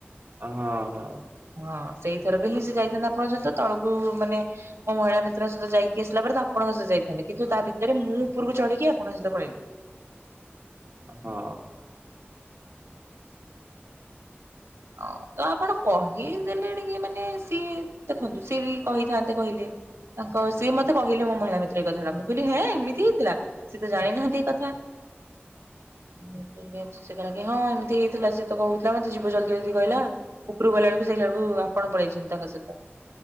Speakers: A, on the right (about 55°); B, on the right (about 80°).
A: ଓ, ହଁ, ହଁ।
B: ହଁ ସେଇଥରକ ହିଁ ସେ ଯାଇଥାନ୍ତା ଆପଣଙ୍କ ସହିତ। ତଳକୁ ମାନେ ମୋ ମହିଳା ମିତ୍ରଙ୍କ ସହିତ ଯାଇକି ଆସିଲା ପରେ ତ ଆପଣଙ୍କ ସହ ଯାଇଥାନ୍ତି। କିନ୍ତୁ ତା ଭିତରେ ମୁଁ ଉପରକୁ ଚଢିକି ଆପଣଙ୍କ ସହିତ ପଳେଇଲି।
A: ହଁ।
B: ଓ ତ ଆପଣ କହିିଦେଲେ ଟିକେ ମାନେ ସିଏ ଦେଖନ୍ତୁ ସିଏ ବି କହିଥାନ୍ତେ କହିଲେ। ତାଙ୍କ ସିଏ ମୋତେ କହିଲେ ମୋ ମହିଳା ମିତ୍ର ଏଇ କଥାଟା। ମୁଁ କହିଲି ହେଁ ଏମିତି ହେଇଥିଲା। ସେ ତ ଜାଣି ନାହାନ୍ତି ଏ କଥା। <unintelligible> ସିଏ କହିଲା କି ହଁ ଏମିତି ହେଇଥିଲା ସିଏ ତ କହୁ ନା ମୋତେ ଯିବ ଜଲଦି ଜଲଦି କହିଲା ଉପରକୁ ଗଲା ବେଳକୁ ସେଇଲାକୁ ଆପଣ ପଳେଇଚନ୍ତି ତାଙ୍କ ସହିତ।